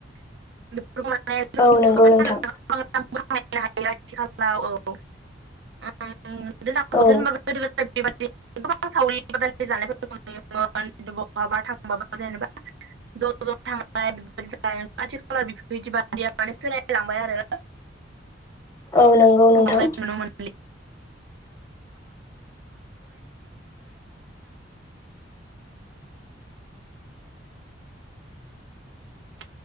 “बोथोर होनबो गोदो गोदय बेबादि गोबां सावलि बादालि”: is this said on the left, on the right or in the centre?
Right